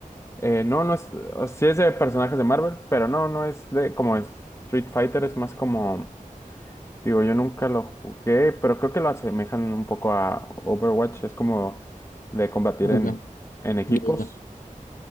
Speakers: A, on the left; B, on the left.
A: Eh, no, no es. o- Sí es de personajes de Marvel, pero no, no es de como es Street Fighter. Es más como. Digo, yo nunca lo jugué, pero creo que lo asemejan un poco a Overwatch. Es como de combatir
B: Ah,
A: en,
B: ya,
A: en equipos.
B: ya, ya.